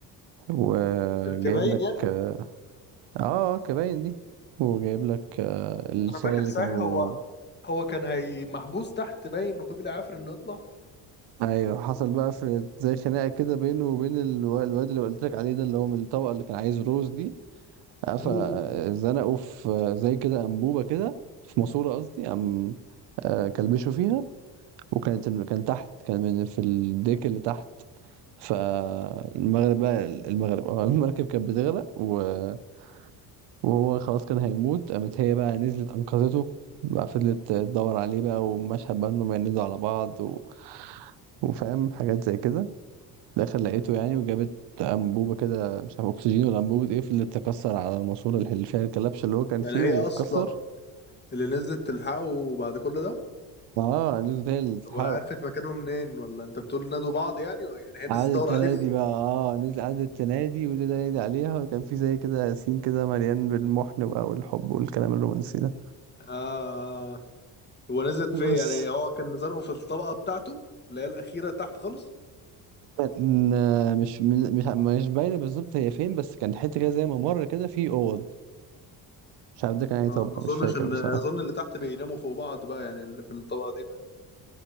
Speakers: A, on the right; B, on the left.
A: وجايب
B: الكباين
A: لك
B: يعني
A: اه آه، كباين دي وجايب لك آه الصالة
B: انا فاكر
A: اللي
B: صحيح
A: كانوا
B: هو هو كان هي محبوس تحت باين وفضل يعافر انه يطلع
A: ايوه حصل بقى في زي خناقة كده بينه وبين الو- الواد اللي قلت لك عليه ده اللي هو من الطبقة اللي كان عايز روز دي آه،
B: مم.
A: فزنقوا في زي كده أنبوبة كده في ماسورة قصدي قام آه، كلبشوا فيها وكانت كان تحت كان من في الديك اللي تحت فالمغرب بقى المغرب اه المركب كانت بتغرق و- وهو خلاص كان هيموت قامت هي بقى نزلت أنقذته بقى فضلت تدور عليه بقى ومشهد بقى انهم ينزلوا على بعض و... وفاهم حاجات زي كده في الآخر لقيته يعني وجابت أنبوبة كده مش عارف أكسجين ولا أنبوبة إيه فضلت تكسر على الماسورة اللي فيها الكلبش اللي هو كان
B: يعني
A: فيه
B: هي
A: واتكسر
B: اصلا اللي نزلت تلحقه بعد كل ده
A: اه نزلت هي اللي تلحقه
B: طب وهي عرفت مكانه منين ولا انت بتقول نادوا بعض يعني يعني هي نزلت
A: عاد السنة
B: تدور عليه في
A: دي بقى اه نزل عاد السنة دي وده نادي عليها وكان في زي كده ياسين كده مليان بالمحن بقى والحب والكلام الرومانسي ده
B: آه هو نزلت فين
A: بس
B: يعني هو كان زنقه في الطبقة بتاعته اللي هي الأخيرة تحت خالص
A: كان آه، مش مش مش باينة بالظبط هي فين بس كان حتة كده زي ما مر كده في أوض مش عارف ده كان
B: ما
A: أي طبقة
B: ما اظنش
A: مش فاكر
B: ان
A: بصراحة
B: اظن اللي تحت بيناموا فوق بعض بقى يعني اللي في الطبقة دي بقى